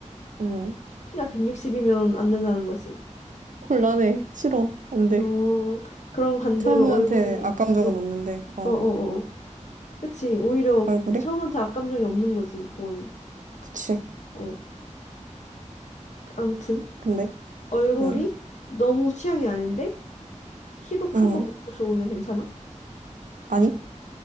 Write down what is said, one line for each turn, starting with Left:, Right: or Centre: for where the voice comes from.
Right: 응.
Left: 키가 160이면 안 된다는 거지.
Right: 곤란해. 싫어. 안 돼.
Left: 어, 그럼 반대로
Right: 차은우한테
Left: 얼굴이,
Right: 악감정은
Left: 어, 어,
Right: 없는데. 어.
Left: 어, 어. 그치. 오히려
Right: 얼굴이?
Left: 차은우한테 악감정이 없는 거지, 그거는.
Right: 그치.
Left: 어, 아무튼.
Right: 근데,
Left: 얼굴이
Right: 응,
Left: 너무 취향이 아닌데 키도
Right: 응,
Left: 크고 몸도 좋으면 괜찮아?
Right: 아니,